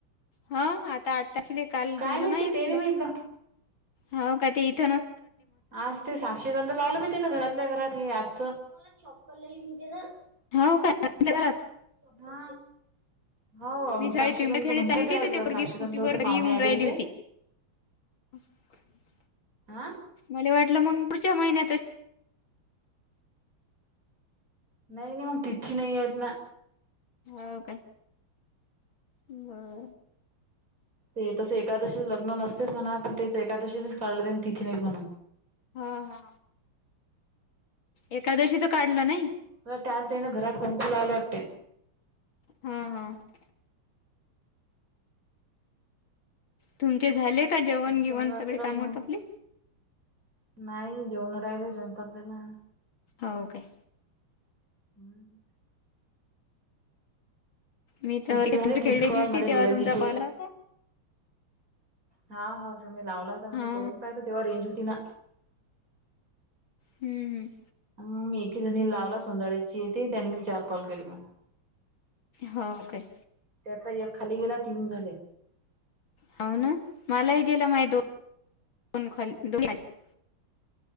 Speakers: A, on the left (about 65°); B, on the right (about 40°).
A: हो आता आठ तारखेला काल
B: काय
A: झालं
B: माहिती
A: ना एकल
B: ते नाही माहित बा
A: हो का ते इथ ना
B: आज ते साक्षीगंध लावलं मी ते ना घरातल्या घरात हे आमचं मला चप्पल लाय घेऊ दे ना.
A: खाऊ काय बसले घरात.
B: हा! हाऊ
A: मी साडी
B: साक्षीगंध
A: पिंपरखेडे
B: म्हणतात
A: चालली होती
B: ते आज
A: तर पोरगी
B: साक्षीगंध
A: स्कूटीवर
B: होता
A: घरी
B: पाहुणे
A: येऊन
B: आले
A: राहिली
B: होते.
A: होती <inaudible>
B: आ!
A: मल्या वाटलं मग पुढच्या महिन्यातच
B: नाही-नाही मग तिची न्हाय नाहीत ना.
A: हो काय बरं.
B: ते तसं एकादशी लग्न नसतेच म्हणा पण तेच एकादशीचच काढले तेनी तिथी निर्माण
A: हा हा एकादशीच काढलं नाही.
B: म त्याच तेन घरात कुंकू लावल वाटते.
A: हम्म्म हम्म! तुमचे झाले का जेवण
B: आता शनिवारचं
A: गेवण सगळे
B: लग्न
A: काम आटपले?
B: नाही जेवन राहिलं स्वयंपाक झाला.
A: आवो काय?
B: हम्म!
A: मी <unintelligible>
B: हिचे झाले तीस
A: खेळलेली
B: कॉल
A: होती
B: माझ्या
A: तेव्हा
B: देराणीचे.
A: तुमचा कॉल आला होता.
B: हा हा सुमी लावला होता म्हटलं
A: हा
B: करून पाहयलं तेव्हा रेंज होती ना.
A: हम्म हम्म!
B: म मी एकीजणी लावला सोंदाड्याची की त्यांनीच चार कॉल केले मला.
A: हो काय?
B: त्याचा एक खाली गेला तीन झाले.
A: हाऊ ना मलाही गेला माझ दोनन खली दोन्ही आली.